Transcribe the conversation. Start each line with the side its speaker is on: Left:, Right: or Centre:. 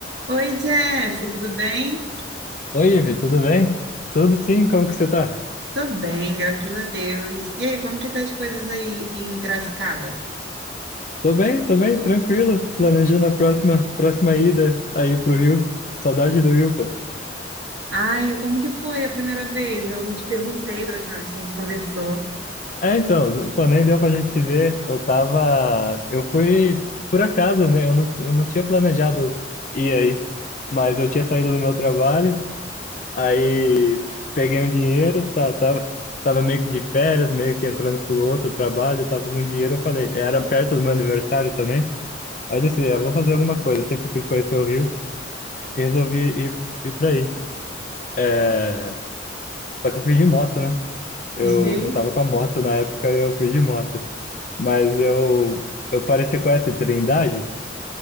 Right: Oi, Jeff, tudo bem?
Left: Oi, Ivi, tudo bem? Tudo sim, como que você tá?
Right: Tô bem, graças a Deus. E aí, como que tá as coisas aí em Piracicaba?
Left: Tô bem, tô bem, tranquilo, planejando a próxima, próxima ida aí pro Rio. Saudade do Rio, pô.
Right: Ai, como que foi a primeira vez? Eu não te perguntei da última vez que a gente conversou.
Left: É, então, pô, nem deu pra gente se ver. Eu tava, eu fui por acaso, né? Eu não, eu não tinha planejado ir aí, mas eu tinha saído do meu trabalho, aí peguei um dinheiro, tá, tava, tava meio que de férias, meio que entrando por outro trabalho, tava com dinheiro, eu falei, era perto do meu aniversário também. Aí eu disse, "É, eu vou fazer alguma coisa, sempre quis conhecer o Rio. e resolvi ir, ir pra aí. É, Só que eu fui de moto, né? Eu,
Right: Gente,
Left: eu tava com a moto na época e eu fui de moto. Mas eu, eu pareci com essa Trindade.